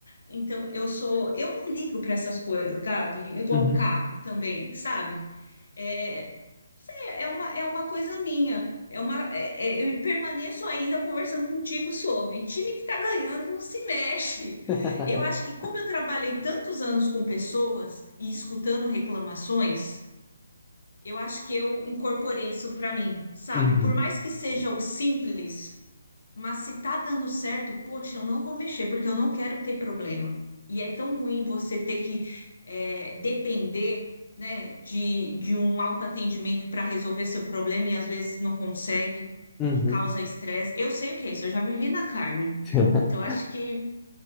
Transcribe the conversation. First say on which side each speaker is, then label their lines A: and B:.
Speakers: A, on the left (about 60°); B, on the left (about 15°).
A: Então eu sou, eu não ligo para essas coisas, Gabi, igual
B: uhum,
A: carro também, sabe? É, sei, é uma, é uma coisa minha. É uma, é- é- eu permaneço ainda conversando contigo sobre time que tá ganhando não se mexe.
B: <laughs>
A: Eu acho que como eu trabalhei tantos anos com pessoas e escutando reclamações eu acho que eu incorporei isso para mim, sabe?
B: uhum,
A: Por mais que seja o simples, mas se tá dando certo, poxa, eu não vou mexer, porque eu não quero ter problema. E é tão ruim você ter que é, depender, né, de, de um autoatendimento para resolver seu problema e às vezes não consegue
B: uhum.
A: e causa estresse. Eu sei o que é isso, eu já vivi na carne.
B: <laughs>
A: Então acho que